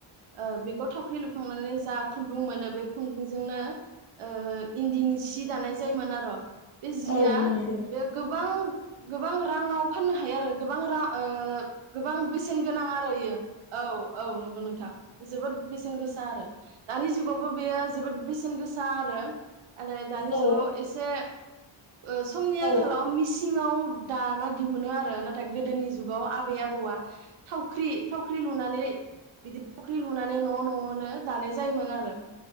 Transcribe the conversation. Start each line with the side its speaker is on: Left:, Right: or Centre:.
Right: ओ बेखौ थावख्रि लुखांनानै जा खुन्दुं मोनो बे खुन्दुंजोंनो ओ इन्दिनि सि दानाय जायोमोनआरो बे जिया
Left: औ नंगौ
Right: बे गोबां गोबां रांङाव फाननो हायो आरो गोबां रां ओ गोबां बेसेन गोनां आरो इयो औ औ नंगौ नोंथां जोबोद बेसेन गोसा आरो दानि जुगावबो बेयो जोबोद बेसेन गोसा आरो आरो दानि
Left: औ
Right: जुगाव एसे ओ समनि आंखालाव
Left: औ
Right: मिसि सिङाव दाना दिहुनो आरो नाथाय गोदोनि जुग गाव आबै आबौआ थावख्रि थावख्रि लुनानै बिदि थावख्रि लुनानै न' न'नो दानाय जायोमोन आरो